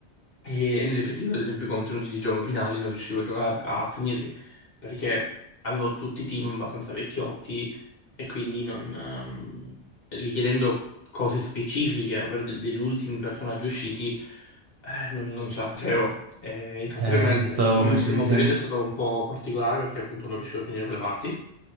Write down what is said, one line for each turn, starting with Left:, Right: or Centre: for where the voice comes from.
Left: E, e nell'effettivo, ad esempio, i contenuti di gioco finali non riuscivo a giocare, a finirli, perché avevo tutti i team abbastanza vecchiotti e quindi non, ehm, richiedendo cose specifiche, ovvero de- degli ultimi personaggi usciti, eh, non, non ce la facevo. Eh, infatti
Right: Eh,
Left: per me l-
Right: so come
Left: l'ultimo
Right: ci si sente.
Left: periodo è stato un po' particolare perché appunto non riuscivo a finire quelle parti.